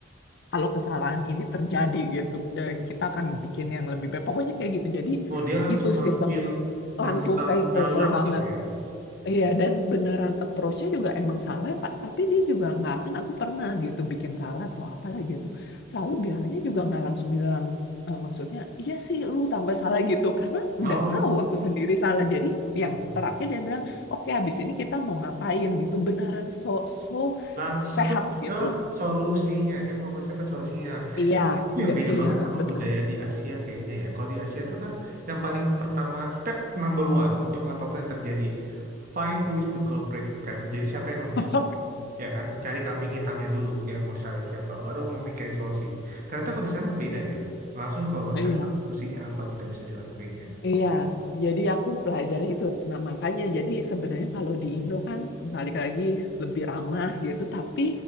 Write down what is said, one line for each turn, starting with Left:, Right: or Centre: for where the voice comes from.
Left: kalau kesalahan ini terjadi gitu, Eh, kita akan bikin yang lebih baik. Pokoknya kayak gitu. Jadi
Right: Oh, dia langsung
Left: itu
Right: ngambil,
Left: sistem
Right: ngambil
Left: langsung
Right: tanggung
Left: take
Right: jawab
Left: over banget
Right: gitu ya.
Left: Iya, dan beneran approach-nya juga emang salah, Pak. Tapi dia juga nggak akan aku pernah gitu bikin salah atau apalah gitu. Selalu bilangnya juga nggak langsung bilang eh, maksudnya, iya sih lu tambah salah gitu. Karena
Right: Oh,
Left: udah tahu aku sendiri salah. Jadi
Right: mm-mm.
Left: yang terakhir dia bilang, oke habis ini kita mau ngapain gitu. Beneran so, so
Right: langsung
Left: sehat
Right: ke
Left: gitu.
Right: solusinya. Dia fokusnya ke solusinya.
Left: Iya,
Right: Itu
Left: nggak-
Right: Yang beda
Left: iya
Right: banget sama
Left: benar.
Right: budaya di Asia kayaknya ya. Kalau di Asia tuh kan yang paling pertama, step number one untuk apapun yang terjadi, find who is the culprit kan. Jadi siapa yang bersalah,
Left: <laughs>
Right: ya kan? Cari kambing hitamnya dulu yang mau disalahin siapa. Baru memikirin solusi. Ternyata kok di sana beda ya. Langsung kalau loncat
Left: Iya.
Right: ke solusinya apa gitu yang bisa dilakuin ya.
Left: Iya, jadi aku pelajari itu. Nah, makanya jadi sebenarnya kalau di Indo kan balik lagi lebih ramah gitu, tapi